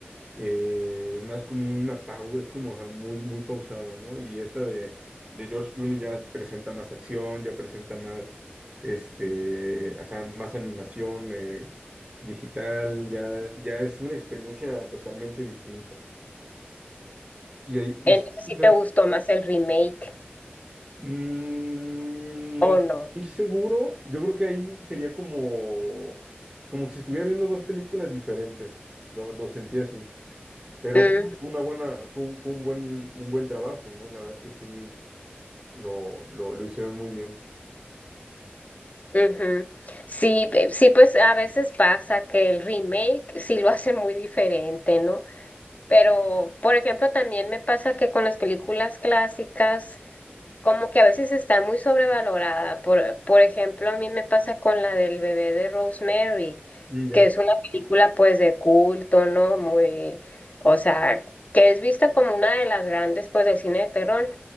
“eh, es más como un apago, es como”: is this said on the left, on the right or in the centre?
Right